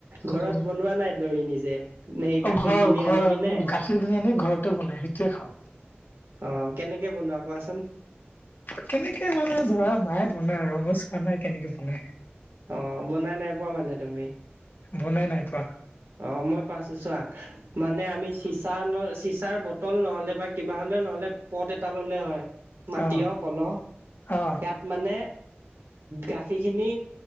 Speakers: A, on the right; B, on the left.
A: ঘৰত
B: এই
A: বনোৱা নাই দৈ নিজে সেই
B: অ
A: গাখীৰ
B: ঘৰ
A: কিনি
B: ঘৰ
A: আনি কিনে
B: গাখীৰ কিনি আনি ঘৰতে বনাই সেইটোৱে খাওঁ
A: অ কেনেকে বনোৱা কোৱাচোন
B: কেনেকে মানে ধৰা মায়ে বনাই আৰু মই চোৱা নাই কেনেকে বনাই
A: অ বনাই নাই পোৱা মানে তুমি
B: বনাই নাই পোৱা
A: অ মই পাইছো চোৱা মানে আমি চিচা ন চিচাৰ বটল নহলে বা কিবা হলেও নহলে পট এটা ললে হয় মাটিয়
B: অ
A: কলহ
B: অ
A: সিয়াত মানে গাখীৰখিনি